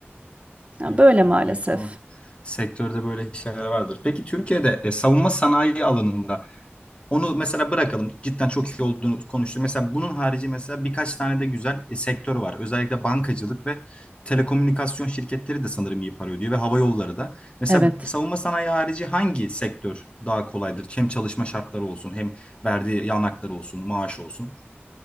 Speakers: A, on the right; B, on the left.
A: Yani
B: Evet
A: böyle
B: ya
A: maalesef.
B: büyük ihtimal sektörde böyle şeyler vardır. Peki Türkiye'de e, savunma sanayi alanında Onu mesela bırakalım. Cidden çok iyi olduğunu konuştuk. Mesela bunun harici mesela birkaç tane de güzel e, sektör var. Özellikle bankacılık ve telekomünikasyon şirketleri de sanırım iyi para ödüyor ve hava yolları da. Mesela
A: Evet.
B: savunma sanayi harici hangi sektör daha kolaydır? Hem çalışma şartları olsun, hem verdiği yanakları olsun, maaş olsun.